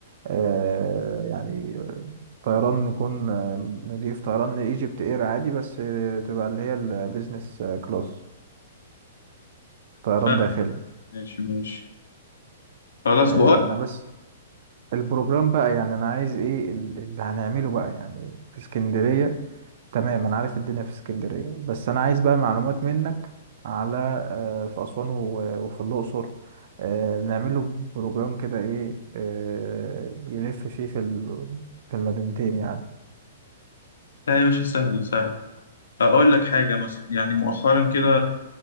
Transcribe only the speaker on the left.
ف...
ماشي ماشي خلاص
بقول
لا يا باشا سهل سهل اقول لك حاجه مثلا يعني مؤخرا كده